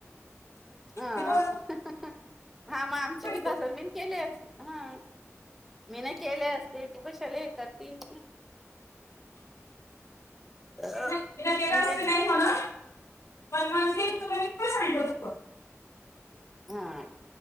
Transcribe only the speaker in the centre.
हा हां
ह
ह ह हा मग आमचे
बी
तसेच मी केले अस हा मी ना केले असते तू कशाले हे करतील ह
मी
तेच.
हा